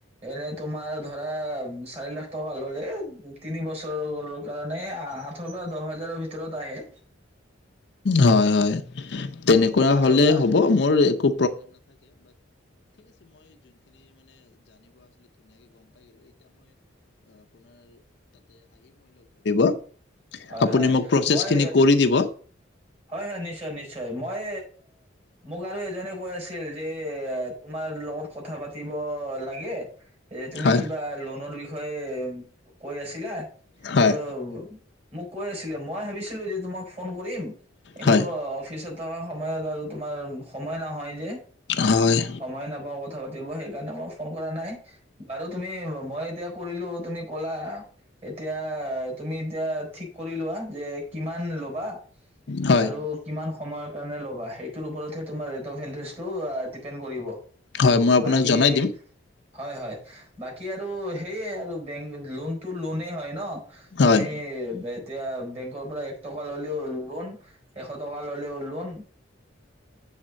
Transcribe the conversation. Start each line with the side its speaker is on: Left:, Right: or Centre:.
Right: এনে তোমাৰ ধৰা চাৰি লাখ টকা ললে তিনি বছৰ কাৰণে আঠৰ পৰা দহ হাজাৰৰ ভিতৰত আহে
Left: হয় হয় তেনেকুৱা হ'লে
Right: ৰ পৰা
Left: হ'ব মোৰ একো <unintelligible>
Right: হয়
Left: আপুনি
Right: হয়
Left: মোক প্ৰচেছখিনি
Right: মই
Left: কৰি দিব
Right: হয় হয় নিশ্চয় নিশ্চয় মই মোক আৰু এজনে কৈ আছিল যে তোমাৰ লগত কথা পাতিব লাগে। এ তুমি
Left: হয়
Right: কিবা লোনৰ বিষয়ে হয় উ। কৈ আছিলা
Left: হয়
Right: অ মোক কৈ আছিলে মই ভাবিছিলো যে তোমাক ফোন কৰিম। কিন্তু
Left: হয়
Right: অফি পিছত থকা সময়ত আৰু তোমাৰ সময় নহয় যে।
Left: হয়
Right: সময় নাপাওঁ। কথা পাতিব সেইকাৰণে মই ফোন কৰা নাই বাৰু তুমি মই এতিয়া কৰিলো তুমি ক'লা এতিয়া তুমি এতিয়া ঠিক কৰিলোৱা যে। কিমান লবা?
Left: হয়
Right: আৰু কিমান সময়ত কাৰণে লবা সেইটোৰ ওপৰতহে তোমাৰ <unintelligible> ডিপেণ্ড কৰিব।
Left: হয় মই আপোনাক
Right: বাকী
Left: জনাই দিম
Right: হয় হয়। বাকী আৰু সেয়ে আৰু বেংক লোনটো লোনে হয় ন।
Left: হয়
Right: তুমি <unintelligible> এতিয়া বেংকৰ পৰা এক টকা ল'লেও লোন। এশ টকা ল'লেও লোন